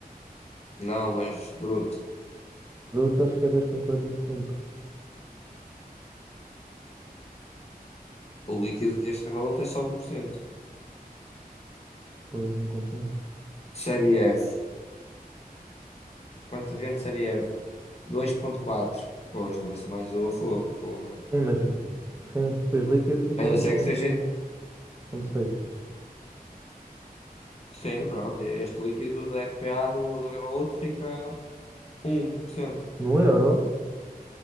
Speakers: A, on the left (about 40°); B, on the right (about 15°).
A: Não, mas bruto.
B: Bruto acho que é dois vírgula quarenta e cinco
A: O líquido deste Revolut é só um por cento
B: Pois, não compensa.
A: Série F. Contingente Série F, dois vírgula quatro Pois, começa mais o a fogo. pô.
B: Sim, mas sim, depois líquido fica
A: A
B: um
A: não ser
B: ponto
A: que seja.
B: ponto seis
A: Sim, pronto. Este líquido do RPA do, do Revolut fica um por cento
B: No euro?